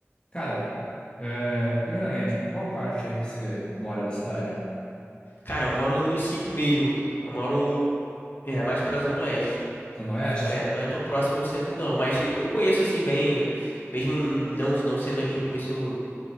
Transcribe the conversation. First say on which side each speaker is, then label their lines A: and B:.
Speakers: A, on the left; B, on the left.
A: Cara, é, primeiramente, qual parte aí que você mora da cidade?
B: Cara, eu moro no município mesmo. Eu moro é, mais pra Zona Oeste.
A: Zona Oeste?
B: F- É, não é tão próximo ao centro não, mas eu conheço assim bem, mesmo não não sendo aqui, eu conheço